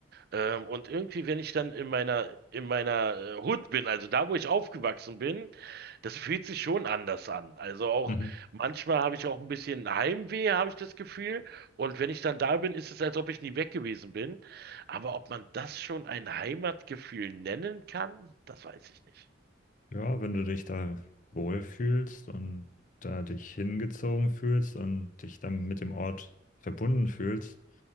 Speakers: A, on the right (about 50°); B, on the left (about 40°).
A: Ähm, und irgendwie, wenn ich dann in meiner, in meiner äh, Hood bin, also da, wo ich aufgewachsen bin, das fühlt sich schon anders an. Also auch
B: Mhm.
A: manchmal habe ich auch ein bisschen Heimweh, habe ich das Gefühl. Und wenn ich dann da bin, ist es, als ob ich nie weg gewesen bin. Aber ob man das schon ein Heimatgefühl nennen kann, das weiß ich nicht.
B: Ja, wenn du dich da wohlfühlst und da dich hingezogen fühlst und dich dann mit dem Ort verbunden fühlst,